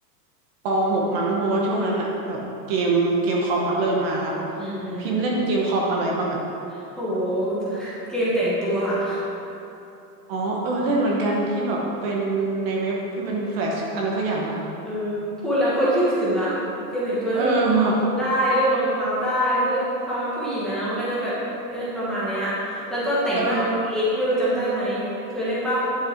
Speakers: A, on the right; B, in the centre.
A: ปหกมั้งเพราะว่าช่วงนั้นอะแบบเกมเกมคอมอะเริ่มมาละ
B: อืมอืม
A: พิมพ์เล่นเกมคอมอะไรบ้างอะ
B: โหเกมแต่งตัวอะ
A: อ๋อเออเล่นเหมือนกันที่แบบเป็นในเว็บที่มันแฟลชอะไรสักอย่างอะ
B: เออพูดแล้วโคตรคิดถึงอ่ะเกมแต่งตัวที่มันจะคิดได้เรื่องรองเท้าได้เรื่องความเป็นผู้หญิงอะเนาะมันก็จะแบบเล่นประมาณเนี้ยแล้วก็แต่งหน้าเค้กไม่รู้จำได้ไหมเคยเล่นปะ
A: เออแบบเออ